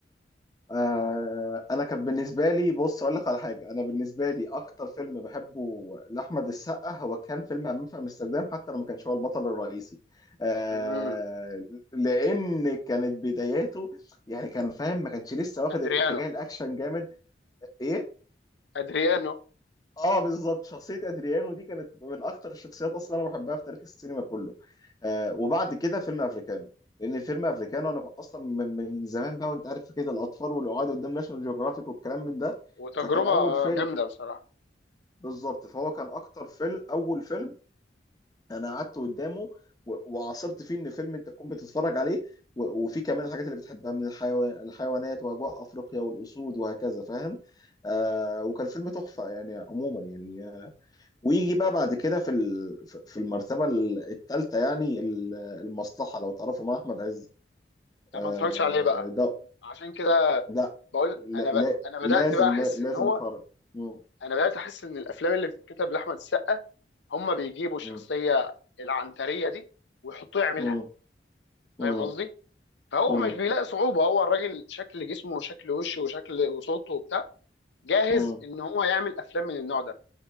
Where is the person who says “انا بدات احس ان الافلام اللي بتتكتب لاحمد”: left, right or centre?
Left